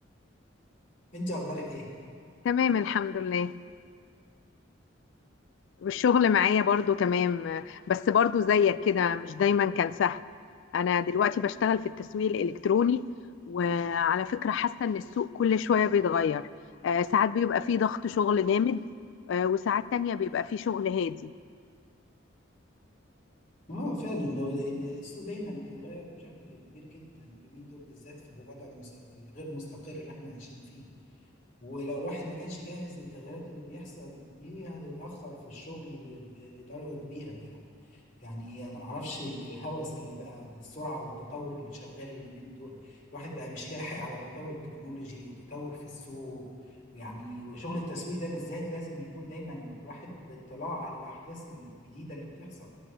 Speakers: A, on the left; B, on the left.
A: أنت أخبارك إيه؟
B: تمام الحمد لله والشغل معايا برضو تمام بس برضو زيك كده مش دايما كان سهل انا دلوقتي بشتغل في التسويق الالكتروني وعلى فكرة حاسة ان السوق كل شوية بيتغير آه، ساعات بيبقى فيه ضغط شغل جامد آه، وساعات تانية بيبقى فيه شغل هادي
A: اه فعلا لو- إن السوق دايما بيتغير بشكل كبير جدا اليومين دول بالذات في الوضع المس- الغير مستقر اللي احنا عايشين فيه ولو الواحد ما كانش جاهز للتغيرات اللي بيحصل دي هتتأخر في الشغل ب- بدرجة كبيرة يعني يعني أنا معرفش ال- الهوس اللي بقى بالسرعة والتطور اللي شغال اليومين دول الواحد بقى مش لاحق على تطور التكنولوجي وتطور في السوق ويعني وشغل التسويق ده بالذات لازم يكون دايما الواحد باطلاع على الأحداث الجديدة اللي بتحصل